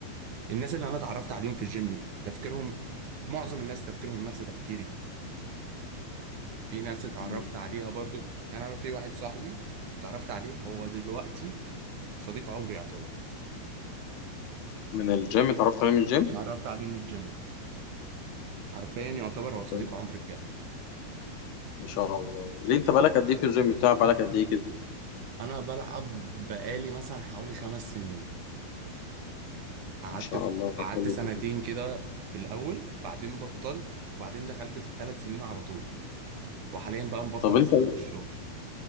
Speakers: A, on the right (about 65°); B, on the left (about 85°).
A: الناس اللي أنا اتعرفت عليهم في الجيم تفكيرهم معظم الناس تفكيرهم نفس تفكيري في ناس اتعرفت
B: مم.
A: عليها برضو يعني أنا في واحد صاحبي اتعرفت عليه هو دلوقتي صديق عمري يعتبر
B: من الجيم اتعرفت عليه من الجيم
A: اتعرفت عليه من الجيم حرفيا يعتبر
B: طب
A: هو صديق
B: كويس.
A: عمري بجد
B: ما شاء الله ليه انت بقالك قد ايه في الجيم بتاع بقالك قد ايه كده
A: انا بلعب بقالي مثلا حوالي خمس سنين قعدت
B: ما شاء
A: ف...
B: الله طب
A: قعدت
B: حلو
A: سنتين
B: جدا
A: كده في الاول بعدين بطلت وبعدين دخلت في الثلاث سنين على طول وحاليا بقى مبطل
B: طب
A: بسبب
B: انت ايه
A: الشغل